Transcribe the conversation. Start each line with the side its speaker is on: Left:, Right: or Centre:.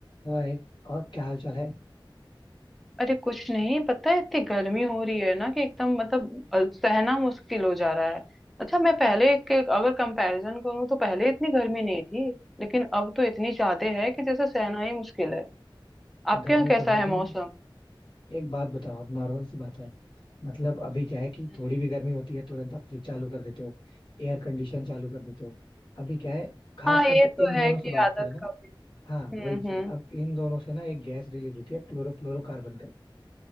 Left: हाय और क्या हाल चाल है
Centre: अरे कुछ नहीं पता है इतनी गर्मी हो रही है ना कि एकदम मतलब अ, सहना मुश्किल हो जा रहा है अच्छा मैं पहले के अगर कंपैरिजन करूँ तो पहले इतनी गर्मी नहीं थी लेकिन अब तो इतनी ज्यादा है कि जैसे सहना ही मुश्किल है आपके
Left: गर्मी
Centre: यहाँ कैसा
Left: तो होगी
Centre: है मौसम
Left: एक बात बताओ नॉर्मल सी बात है मतलब अभी क्या है कि
Centre: हम्म।
Left: थोड़ी भी गर्मी होती है तुरंत आप फ्रिज चालू कर देते हो एयर कंडीशन चालू कर देते हो अभी क्या है खास
Centre: हाँ
Left: करके
Centre: ये तो
Left: इन दोनों
Centre: है कि
Left: से बात
Centre: आदत
Left: करें ना
Centre: का भी
Left: हाँ
Centre: हम्म
Left: वही चीज
Centre: हम्म
Left: अब इन दोनों से ना एक गैस रिलीज होती है क्लोरोफ्लोरोकार्बन करके